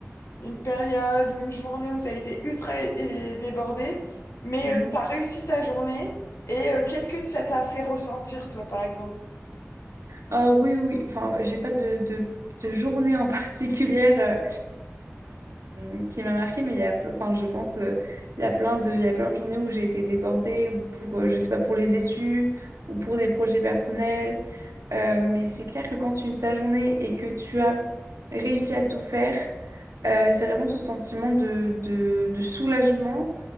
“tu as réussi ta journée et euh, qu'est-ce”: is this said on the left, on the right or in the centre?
Left